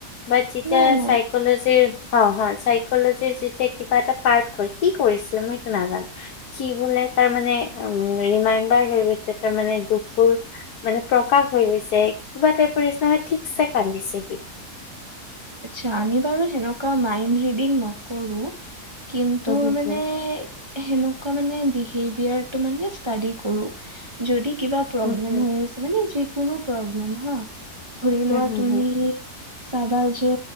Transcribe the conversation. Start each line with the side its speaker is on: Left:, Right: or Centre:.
Left: বা যিতিয়া
Right: নাই নাই
Left: চাইকলজি পাওঁ হয়। চাইকলজিৰ যেতিয়া কিবা এটা পাক হ'ল। কি কৰিছিলে মই এইটো নাজানোঁ সি বোলে তাৰ মানে উ ৰিম্মাইবাৰ হৈ গৈছে তাৰ মানে দুখবোৰ মানে প্ৰকাশ হৈ গৈছে কিবা টাইপৰ নিচিনা হৈ ঠিকছে কান্দিছে সি।
Right: আচ্ছা আমি বাৰু সেনেকুৱা মাইণ্ড ৰিডিং নকৰোঁ। কিন্তু
Left: হু হু
Right: মানে
Left: হু
Right: সেনেকুৱা মানে বিহেভিয়াৰটো মানে ষ্টাডি কৰো, যদি কিবা প্ৰব্লেম
Left: হু হু
Right: হৈ আছে, মানে যিকোনো প্ৰব্লেম হা, ধৰি
Left: হু
Right: লোৱা
Left: হু
Right: তুমি
Left: হু
Right: চাবাজ। যে